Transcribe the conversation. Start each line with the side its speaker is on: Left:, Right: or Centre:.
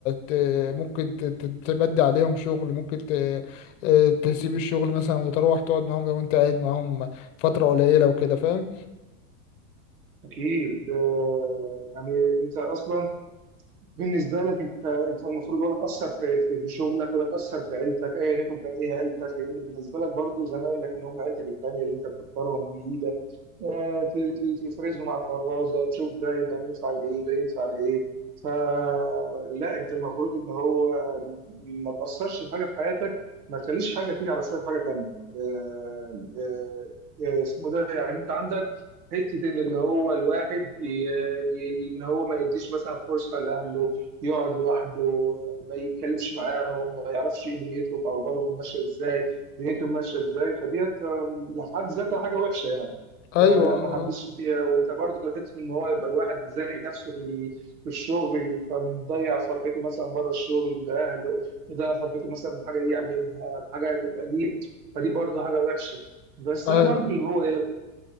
Left: ت- ممكن ت- ت- تبدي عليهم شغل ممكن ت- آه، تسيب الشغل مثلا وتروح تقعد معاهم لو انت قاعد معاهم فتره قليله وكده فاهم
Right: اكيد آه، يعني انت اصلا بالنسبه لك انت انت المفروض ولا تاثر في في, في شغلك ولا تاثر في عيلتك ايا يكن كان ايه عيلتك لان بالنسبه لك برضو زمايلك ان هم عيلتك التانيه اللي انت بتختارهم بايدك آه، ت- ت- تفرزهم على الفرازه تشوف ده يبقى ينفع لايه ده ينفع لايه فلا انت المفروض ان هو ما تاثرش في حاجه في حياتك ما تخليش حاجه تيجي على حساب حاجه تانيه آه، آه، آه، اسمه ده يعني انت عندك حتة إن اللي هو الواحد ي- ي- ي- إن هو ما يديش مثلا فرصة لأهله يقعد لوحده ما يتكلمش معاهم ما يعرفش إيه دنيتهم أو أخبارهم ماشية إزاي دنيتهم ماشية إزاي فديت آم، في حد ذاتها حاجة وحشة يعني
Left: ايوه
Right: فلا ما
Left: اه
Right: حبسش فيها وأنت برضه حتة إن هو يبقى الواحد زانق نفسه في ال- في الشغل فمضيع فرحته مثلا بره الشغل بأهله مضيع فرحته مثلا بحاجة يعملها بحاجة تبقى ليه فدي برضه حاجة وحشة بس
Left: ايوه
Right: انا برضو اللي هو إيه،